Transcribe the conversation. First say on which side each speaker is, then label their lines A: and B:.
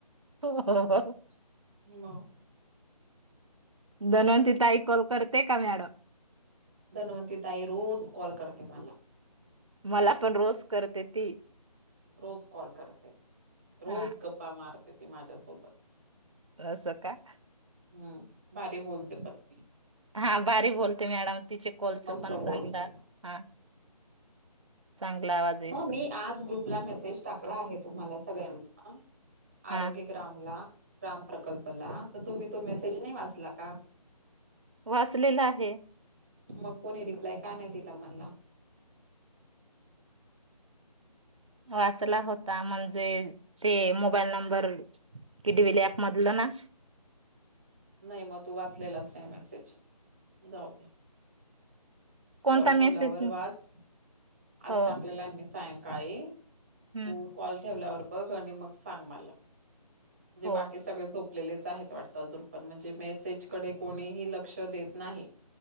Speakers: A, on the right; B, in the centre.
A: हो हो हो हो.
B: ह म.
A: धनवंती ताई कॉल करते का मॅडम.
B: धनवंती ताई रोज कॉल करते मला.
A: मला पण रोज करते ती.
B: रोज कॉल करते, रोज
A: हा
B: गप्पा मारते ती माझ्यासोबत.
A: अस का.
B: हम्म भारी बोलते पणती.
A: हा बारी बोलते मॅडम तिचे कॉलच
B: मस्त
A: पण चांगलं
B: बोलते
A: हा. चांगला आवाज येतो
B: मग मी आज ग्रुपला मेसेज टाकला आहे, तुम्हाला सगळ्यांना.
A: हा
B: आरोग्य ग्रामला. ग्राम प्रकल्पला तर तुम्ही तो मेसेज नाही वाचला का.
A: वाचलेला आहे.
B: मग कोणी रिप्लाय का नाही दिला मला.
A: वाचला होता म्हणजे ते मोबाईल नंबर किडविल्यामध. पन्नास.
B: नाही मग तू वाचलेलाच नाही मेसेज जाऊ दे.
A: कोणता
B: कॉल ठेवलावर
A: मेसेज
B: वाच आज
A: हो
B: टाकलेला आहे मी सायंकाळी. तू
A: हम्म
B: कॉल ठेवल्यावर बघ आणि मग सांग मला, म्हजे
A: हो
B: बाकी सगळे झोप. आपल्यालेच आहेत वाटतं अजून. पण म्हणजे मेसेजकडे कोणीही लक्ष देत नाही,